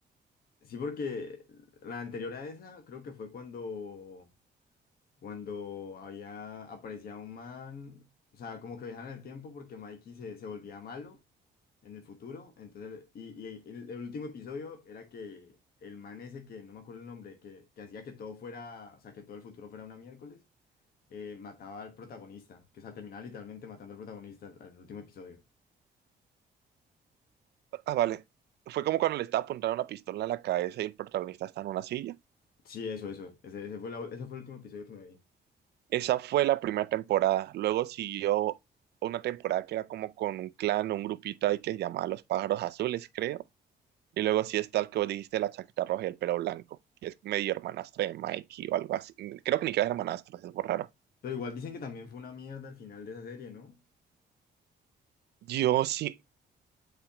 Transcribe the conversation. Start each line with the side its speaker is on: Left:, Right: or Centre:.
Left: Sí, porque la anterior a esa creo que fue cuando cuando había, aparecía un man, o sea, como que viajaban en el tiempo porque Mikey se, se volvía malo en el futuro, entonces, el- y, y el, el último episodio era que el man ese, que no me acuerdo el nombre, que, que hacía que todo fuera, o sea, que todo el futuro fuera una miércoles, eh, mataba al protagonista, que o sea, terminaba literalmente matando al protagonista al, al último episodio.
Right: Ah, vale. Fue como cuando le estaba apuntando una pistola a la cabeza y el protagonista está en una silla.
Left: Sí, eso, eso, ese, ese fue la- ese fue el último episodio que me vi.
Right: Esa fue la primera temporada. Luego siguió una temporada que era como con un clan, un grupito ahí que se llamaba Los Pájaros Azules, creo. Y luego sí está el que vos dijiste, la chaqueta roja y el pelo blanco, que es medio hermanastra de Mikey o algo así. Creo que ni que era hermanastra, es algo raro.
Left: Pero igual dicen que también fue una mierda al final de esa serie, ¿no?
Right: Yo sí,